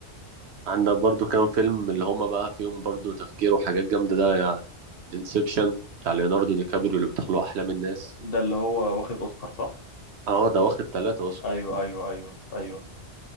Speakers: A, on the right (about 70°); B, on the left (about 55°).
A: عندك برضو كام فيلم اللي هما بقى فيهم برضو تفكير وحاجات جامدة ده يعني انسبشن بتاع ليوناردو دي كابريو اللي بيدخلوا احلام الناس
B: ده اللي هو واخد اوسكار صح
A: اه ده واخد ثلاثة اوسكار
B: ايوه ايوه ايوه ايوه